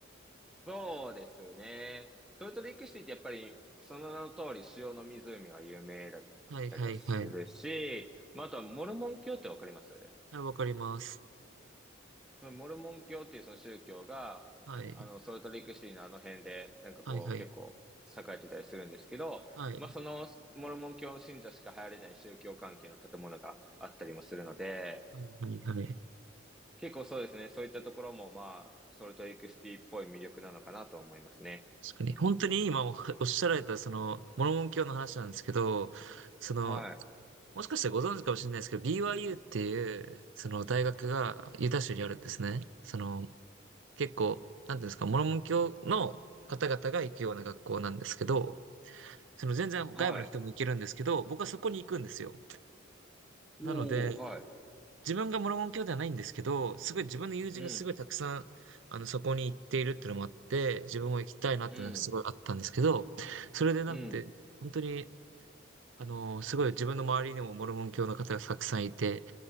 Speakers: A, in the centre; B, on the right (about 75°).
A: そうですね。ソルトレイクシティってやっぱり、その名の通り、塩の湖が有名だったりはするし、
B: はいはいはい。
A: まあ、あとはモルモン教ってわかります
B: はい、わかります。
A: そのモルモン教っていうその宗教が、
B: はい。
A: あの、ソルトレイクシティのあの辺で、なんかこう、
B: はいはい。
A: 結構栄えてたりするんですけど、
B: はい。
A: まあ、そのモルモン教の信者しか入れない宗教関係の建物があったりもするので、
B: はいはいはい。
A: 結構そうですね、そういったところも、まあ、ソルトレイクシティっぽい魅力なのかなと思いますね。
B: 確かに。本当に今おおっしゃられたその、モルモン教の話なんですけど、その、
A: はい。
B: もしかしてご存知かもしれないですけど、BYU っていう、その大学がユタ州にあるんですね。その、結構、なんていうんですか、モルモン教の方々が行くような学校なんですけど、その全然外部の人も行けるんですけど、
A: はい。
B: 僕はそこに行くんですよ。
A: おー、
B: なので、
A: はい。
B: 自分がモルモン教ではないんですけど、すごい自分の友人がすごいたくさん、
A: うん、
B: あの、そこに行っているっていうのもあって、自分も行きたいなっていうのがすごいあったんですけど、
A: うん、
B: それでなんで、
A: うん、
B: 本当に、あの、すごい自分の周りにもモルモン教の方がたくさんいて、